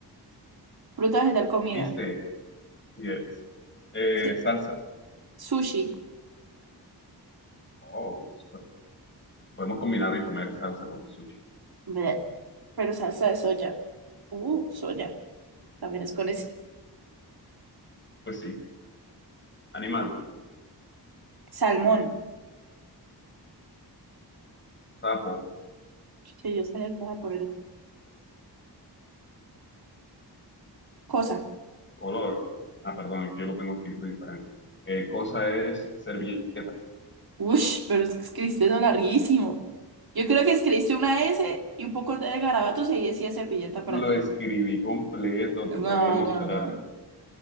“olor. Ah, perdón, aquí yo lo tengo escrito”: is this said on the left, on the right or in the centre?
Left